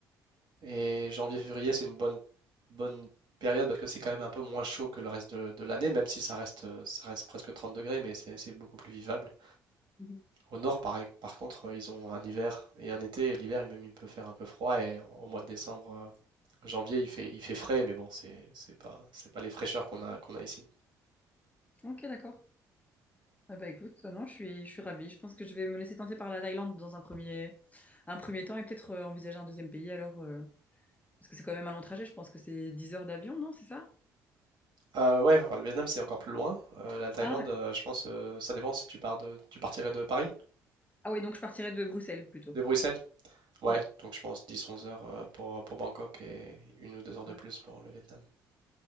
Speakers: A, on the right; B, on the left.
A: Et janvier-février c'est une bonne bonne période parce que c'est quand même un peu moins chaud que le reste de, de l'année, même si ça reste euh, ça reste presque 30 degrés, mais c'est c'est beaucoup plus vivable.
B: Mhm.
A: Au nord, par, par contre, euh, ils ont un hiver et un été. Et l'hiver, il- même, il peut faire un peu froid. Et au mois de décembre, euh, janvier, il fait, il fait frais, mais bon, c'est, c'est pas, c'est pas les fraîcheurs qu'on a, qu'on a ici.
B: Ok, d'accord. Eh ben, écoute, euh, non, je suis, je suis ravie. Je pense que je vais me laisser tenter par la Thaïlande dans un premier, un premier temps et peut-être euh, envisager un deuxième pays alors. euh, Parce que c'est quand même un long trajet, je pense que c'est 10 heures d'avion, non? C'est ça?
A: Euh, ouais, enfin, le Vietnam, c'est encore plus loin. Euh, la Thaïlande,
B: Ah, d'accord.
A: euh, je pense, euh, ça dépend si tu pars de, tu partirais de Paris,
B: Ah oui, donc je partirai de Bruxelles plutôt.
A: de Bruxelles. Ouais,
B: Oui.
A: donc je pense 10-11 heures euh, pour, pour Bangkok et une ou deux heures de
B: Ah ouais.
A: plus pour le Vietnam.